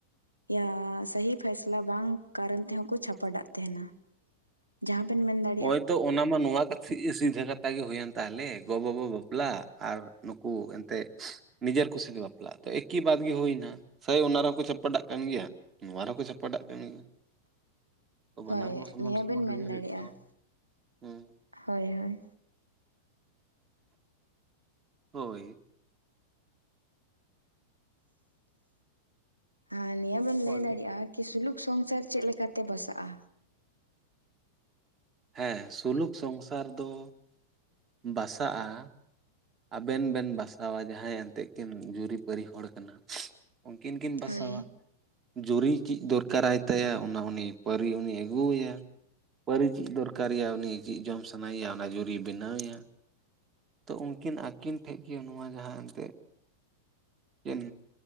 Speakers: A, on the right; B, on the right.
A: ᱭᱟ ᱥᱟᱹᱦᱤ ᱯᱷᱟᱭᱥᱞᱟ ᱵᱟᱝ ᱠᱟᱨᱚᱱ ᱛᱮᱦᱚᱸ ᱠᱚ ᱪᱷᱟᱯᱟᱰᱟᱜ ᱛᱟᱦᱮᱱᱟ᱾ ᱡᱟᱦᱟᱸ ᱵᱮᱱ ᱢᱮᱱᱫᱟ
B: ᱦᱳᱭ ᱛᱚ ᱚᱱᱟ ᱢᱟ ᱱᱚᱣᱟ ᱥᱤᱫᱷᱟᱹ ᱠᱟᱛᱷᱟ ᱜᱮ ᱦᱩᱭᱮᱱ ᱛᱟᱦᱚᱞᱮ ᱜᱚ ᱵᱟᱵᱟ ᱵᱟᱯᱞᱟ ᱟᱨ ᱱᱩᱠᱩ ᱮᱱᱛᱮᱜ ᱱᱤᱡᱮᱨ ᱠᱩᱥᱤ ᱫᱚ ᱵᱟᱯᱞᱟᱜ ᱛᱚ ᱮᱠᱤ ᱵᱟᱫᱽ ᱜᱮ ᱦᱩᱭᱱᱟ ᱥᱮᱭ ᱚᱱᱟ ᱨᱮ ᱦᱚᱸᱠᱚ ᱪᱟᱯᱟᱴᱟᱜ ᱠᱟᱱ ᱜᱮᱭᱟ᱾ ᱱᱚᱣᱟ ᱨᱮ ᱦᱚᱸ ᱠᱚ ᱪᱷᱟᱯᱟᱴᱟᱜ ᱠᱟᱱ ᱜᱮᱭᱟ ᱛᱚ ᱵᱟᱱᱟᱨ
A: ᱦᱳᱭ
B: ᱢᱟ ᱥᱚᱢᱟᱱ
A: ᱱᱤᱭᱟᱹ
B: ᱥᱚᱢᱟᱱ
A: ᱵᱤᱱ
B: ᱨᱮᱜᱮ
A: ᱢᱮᱱ
B: ᱦᱩᱭᱩᱜ
A: ᱫᱟᱲᱮᱭᱟᱜᱼᱟ
B: ᱛᱟᱵᱚᱱᱟ ᱦᱩᱸ
A: ᱦᱳᱭ ᱦᱳᱭ
B: ᱦᱳᱭ
A: ᱟᱨ ᱱᱤᱭᱟᱹ ᱵᱤᱱ
B: ᱦᱳᱭ
A: ᱞᱟᱹᱭ ᱫᱟᱲᱮᱭᱟᱜᱼᱟ ᱠᱤ ᱥᱩᱞᱩᱠ ᱥᱚᱝᱥᱟᱨ ᱪᱮᱫ ᱞᱮᱠᱟᱛᱮ ᱵᱟᱥᱟᱜᱼᱟ
B: ᱦᱮᱸ ᱥᱩᱞᱩᱠ ᱥᱚᱝᱥᱟᱨ ᱫᱚ ᱵᱟᱥᱟᱜᱼᱟ ᱟᱵᱮᱱ ᱵᱮᱱ ᱵᱟᱥᱟᱣᱟ ᱡᱟᱦᱟᱸᱭ ᱮᱱᱛᱮᱜ ᱠᱤᱱ ᱡᱩᱨᱤᱯᱟᱹᱨᱤ ᱦᱚᱲ ᱠᱟᱱᱟ ᱩᱱᱠᱤᱱ ᱠᱤᱱ ᱵᱟᱥᱟᱣᱟ
A: ᱦᱳᱭ
B: ᱡᱩᱨᱤ ᱪᱮᱫ ᱫᱚᱨᱠᱟᱨᱟᱭ ᱛᱟᱭᱟ ᱚᱱᱟ ᱩᱱᱤ ᱯᱟᱹᱨᱤ ᱩᱱᱤ ᱟᱹᱜᱩᱣᱟᱭᱟ ᱯᱟᱹᱨᱤ ᱪᱮᱫ ᱫᱚᱨᱠᱟᱨᱮᱭᱟ ᱩᱱᱤ ᱪᱮᱫ ᱡᱚᱢ ᱥᱟᱱᱟᱭᱮᱭᱟ ᱚᱱᱟ ᱡᱩᱨᱤᱭ ᱵᱮᱱᱟᱣᱮᱭᱟ ᱛᱚ ᱩᱱᱠᱤᱱ ᱟᱹᱠᱤᱱ ᱴᱷᱮᱱ ᱜᱮ ᱱᱚᱣᱟ ᱡᱟᱦᱟᱸ ᱮᱱᱛᱜ ᱠᱤᱱ